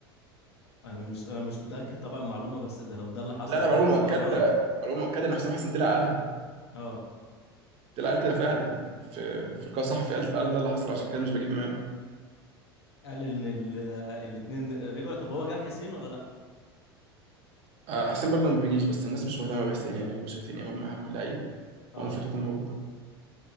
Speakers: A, on the left (about 80°); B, on the right (about 45°).
A: انا مش انا مش متاكد طبعا معلومه بس ده لو ده اللي حصل
B: لا لا
A: فعلا
B: معلومه
A: فده
B: مؤكده
A: غلط
B: معلومه مؤكده ان حسام حسن طلع قالها
A: اه
B: طلع قال كده فعلا في في لقاء صحفي قال قال ده اللي حصل عشان كده مش بجيب امام
A: قال ان الاثنين رجعوا طب هو جاب حسين ولا لا
B: آه حسين برضه ما بيجيش بس الناس مش مهتمه بحسين يعني هم شايفين امام اهم لعيب
A: اه
B: هو المفروض يكون موجود